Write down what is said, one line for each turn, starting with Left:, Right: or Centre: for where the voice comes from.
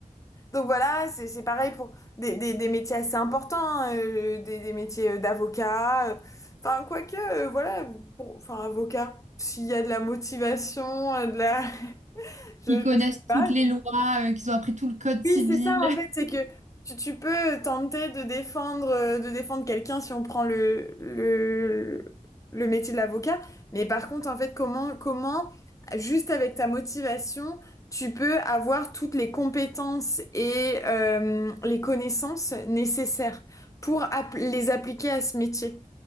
Left: donc voilà, c'est c'est pareil pour des, des, des métiers assez importants, hein, euh, des, des métiers euh, d'avocat. euh, Enfin, quoique, euh, voilà, pour- enfin, avocat, s'il y a de la motivation, euh, de la... <laughs> Je,
Right: Ils connaissent
Left: je sais
Right: toutes
Left: pas,
Right: les lois, euh, qu'ils ont appris tout le code civil.
Left: oui, c'est ça en
Right: <laughs>
Left: fait, c'est que tu, tu peux tenter de défendre, euh, de défendre quelqu'un si on prend le, le, le métier de l'avocat, mais par contre, en fait, comment, comment, juste avec ta motivation, tu peux avoir toutes les compétences et euh, les connaissances nécessaires pour app- les appliquer à ce métier.